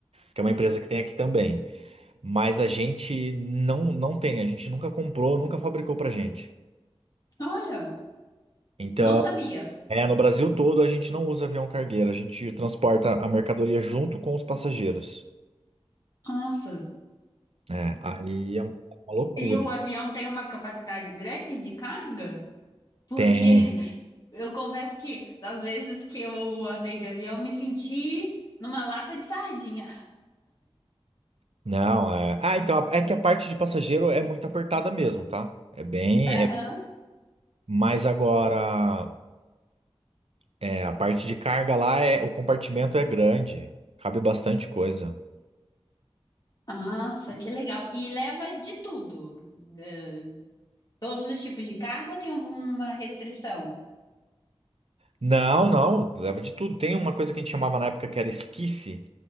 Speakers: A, on the right; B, on the left.
A: que é uma empresa que tem aqui também. Mas a gente não, não tem, a gente nunca comprou, nunca fabricou pra gente.
B: Olha,
A: Então,
B: não sabia.
A: é, no Brasil todo a gente não usa avião cargueiro, a gente transporta a mercadoria junto com os passageiros.
B: Nossa.
A: É, aí é uma uma loucura.
B: E o avião tem uma capacidade grande de carga? Porque
A: Tem.
B: Eu confesso que das vezes que eu andei de avião, eu me senti numa lata de sardinha.
A: Não, é. Ah, então é que a parte de passageiro é muito apertada mesmo, tá? É bem.
B: Aham.
A: É... Mas agora, é, a parte de carga lá é o compartimento é grande, cabe bastante coisa.
B: Nossa, que legal. E leva de tudo. eh, Todos os tipos de cargo ou tem alguma restrição?
A: Não, não, leva de tudo. Tem uma coisa que a gente chamava na época que era esquife,